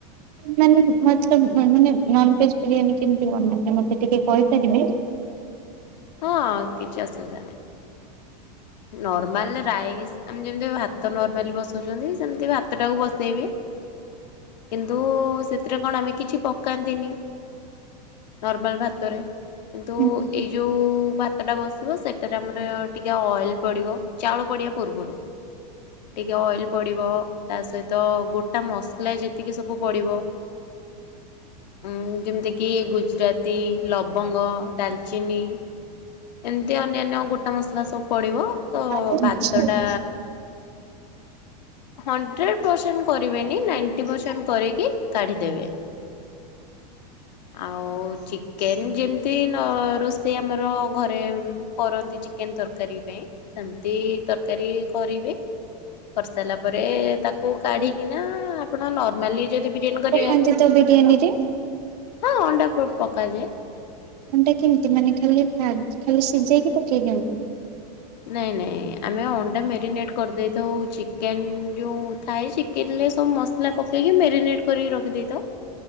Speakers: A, on the right; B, on the left.
A: ମାନେ ମତେ ମାନେ ନନ୍ ଭେଜ୍ ବିରିୟାନୀ କେମିତି ବନାନ୍ତି ମତେ ଟିକେ କହିପାରିବେ?
B: ହଁ କିଛି ଅସୁବିଧା ନାହିଁ। ନର୍ମାଲେ ରାଇସ୍ ଆମେ ଯେମିତି ଭାତ ନର୍ମାଲି ବସଉଛନ୍ତି ସେମିତି ଭାତଟାକୁ ବସେଇବେ କିନ୍ତୁ ସେଥିରେ କଣ ଆମେ କିଛି ପକାନ୍ତିନି ନର୍ମାଲ୍ ଭାତରେ। କିନ୍ତୁ
A: ହୁଁ
B: ଏଇ ଯୋଉ ଭାତଟା ବସିବ ସେଟାରେ ଆମର ଟିକେ ଅଏଲ୍ ପଡ଼ିବ ଚାଉଳ ପଡ଼ିବା ପୂର୍ବରୁ ଟିକେ ଅଏଲ୍ ପଡ଼ିବ ତାସହିତ ଗୋଟା ମସଲା ଯେତିକି ସବୁ ପଡ଼ିବ ଉଁ ଯେମିତିକି ଗୁଜୁରାତି ଲବଙ୍ଗ ଡାଲଚିନି ଏମିତି ଅନ୍ୟାନ୍ୟ ଗୋଟା ମସଲା ସ ତ ପଡ଼ିବ ତ
A: ଆଚ୍ଛା।
B: ଭାତ ଟା ହଣ୍ଡ୍ରେଡ଼ ପରସେଣ୍ଟ କରିବେନି ନାଇଣ୍ଟି ପରସେଣ୍ଟ କରିକି କାଢ଼ିଦେବେ। ଆଉ ଚିକେନ୍ ଯେମିତି ନ ରୋଷେଇ ଆମର ଘ ରେ କରନ୍ତି ଚିକେନ୍ ତରକାରୀ ପାଇଁ ସେମିତି ତରକାରୀ କରିବେ। କରିସାରିଲା ପରେ ତାକୁ କାଢିକିନା ଆପଣ ନର୍ମାଲି ଯଦି ବିରିୟାନି କରିବା
A: ପକାନ୍ତିତ ବିରିୟାନୀ ରେ?
B: ହଁ ଅଣ୍ଡା ପ ପକାଯାଏ।
A: ଅଣ୍ଡା କେମିତି ମାନେ ଖାଲି ଭାଜି ଖାଲି ସିଝେଇକି ପକେଇ ଦିଅନ୍ତି?
B: ନାଇଁ ନାଇଁ ଆମେ ଅଣ୍ଡା ମେରିନେଟ୍ କରିଦେଇଥାଉ ଚିକେନ୍ ଯୋଉ ଥାଏ ଚିକେନଲେଶ୍ ତ ମସଲା ପକେଇକି ମେରିନେଟ୍ କରିକି ରଖିଦେଇଥାଉ।